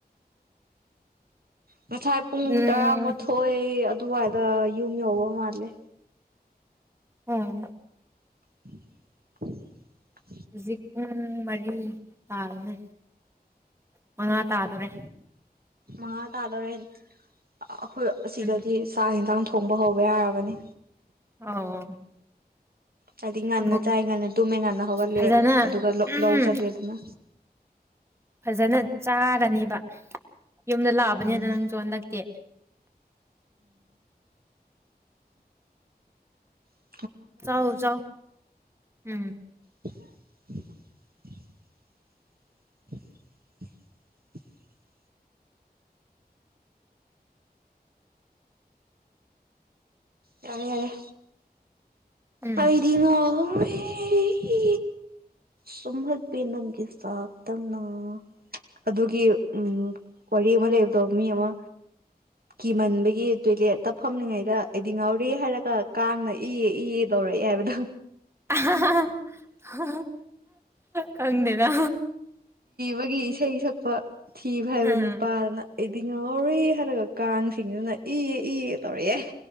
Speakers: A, on the right (about 70°); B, on the right (about 15°).
A: ꯉꯁꯥꯏ ꯄꯨꯡ
B: ꯎꯝ
A: ꯇꯔꯥꯃꯥꯊꯣꯏ ꯑꯗꯨꯋꯥꯏꯗ ꯌꯨꯝ ꯌꯧꯕ ꯃꯥꯜꯂꯦ
B: ꯎꯝ
A: <inaudible>
B: ꯖꯤꯛ ꯄꯨꯡ ꯃꯔꯤ ꯇꯥꯔꯦꯅꯦ ꯃꯉꯥ ꯇꯥꯗꯣꯔꯦ
A: ꯃꯉꯥ ꯇꯥꯗꯣꯔꯦ ꯑꯩꯈꯣꯏ ꯁꯤꯗꯗꯤ
B: ꯎꯝ
A: ꯆꯥ ꯏꯟꯁꯥꯡ ꯊꯣ ꯊꯣꯡꯕ ꯍꯧꯕ ꯌꯥꯔꯕꯅꯤ
B: ꯑꯣ
A: ꯍꯥꯏꯗꯤ ꯉꯟꯅ
B: ꯑꯃꯨꯛ
A: ꯆꯥꯏ ꯉꯥꯟꯂ ꯇꯨꯝꯃꯦ ꯉꯟꯅ ꯍꯧꯒꯠꯂꯦ
B: ꯐꯖꯅ
A: ꯑꯗꯨꯒ
B: ꯎꯝ
A: ꯂꯧ ꯆꯠꯂꯦ ꯑꯗꯨꯅ
B: ꯐꯖꯅ ꯆꯥꯔꯅꯦꯕ ꯌꯨꯝꯗ ꯂꯥꯛꯑꯕꯅꯦꯅ
A: ꯎꯝ
B: ꯅꯪꯁꯨ ꯍꯟꯗꯛꯇꯤ
A: ꯎ <inaudible>
B: ꯆꯥꯎ ꯆꯥꯎ ꯎꯝ
A: <inaudible> <inaudible> ꯌꯥꯔꯦ ꯌꯥꯔꯦ
B: ꯎꯝ
A: ꯑꯩꯗꯤꯅ ꯑꯦ ꯁꯨꯝꯍꯠꯄꯤ ꯅꯪꯒꯤ ꯆꯥꯛ ꯇꯝꯅ ꯑꯗꯨꯒꯤ ꯎꯝ ꯋꯥꯔꯤ ꯑꯃ ꯂꯩꯕꯗꯣ ꯃꯤ ꯑꯃ ꯀꯤꯃꯟꯕꯒꯤ ꯇꯣꯏꯂꯦꯠ ꯇꯞ ꯐꯝꯂꯤꯉꯩꯗ ꯑꯩꯗꯤ ꯉꯥꯎꯔꯦ ꯍꯥꯏꯔꯒ ꯀꯥꯡꯅ ꯏꯌꯦ ꯏꯌꯦ ꯇꯧꯔꯛꯑꯦ ꯍꯥꯏꯕꯗꯣ
B: ꯑꯍꯥꯍꯥ ꯍꯥꯍ ꯀꯪꯗꯦꯅ
A: ꯕꯒꯤ ꯏꯁꯩ ꯁꯛꯄ ꯊꯤ ꯐꯥꯢꯕ
B: ꯎꯝ
A: ꯅꯨꯄꯥꯗꯨꯅ ꯑꯩꯗꯤ ꯉꯥꯎꯔꯦ ꯍꯥꯏꯔꯒ ꯀꯥꯡꯁꯤꯡꯗꯨꯅ ꯏꯦ ꯏꯦ ꯇꯧꯔꯛꯑꯦ